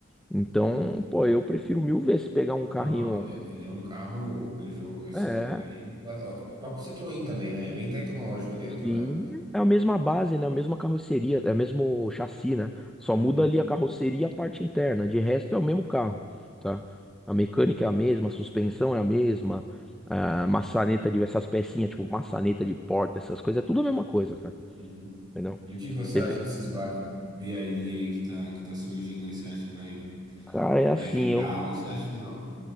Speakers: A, in the centre; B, on the right.
A: Então,
B: uhum.
A: pô, eu prefiro mil vezes pegar um
B: Não,
A: carrinho.
B: não, ele é, ele é um carro, o Peugeot, esse
A: É.
B: novo aí. O próprio Citroën também, né? É bem tecnológico dentro,
A: Sim,
B: né?
A: é a mesma base, né? A mesma carroceria, é o mesmo chassi, né? Só
B: Uhum,
A: muda ali a carroceria e a parte interna. De resto é o mesmo carro, tá? A mecânica é a mesma, a suspensão é a mesma, a maçaneta de essas pecinhas, tipo maçaneta de porta, essas coisas, é tudo a mesma coisa, cara.
B: uhum.
A: Entendeu?
B: E o que que você
A: Você
B: acha
A: vê.
B: desses ba- BID aí que tá, que tá surgindo aí? Você acha que vai,
A: Cara,
B: que
A: é
B: vai
A: assim,
B: vingar
A: eu.
B: ou você acha que não?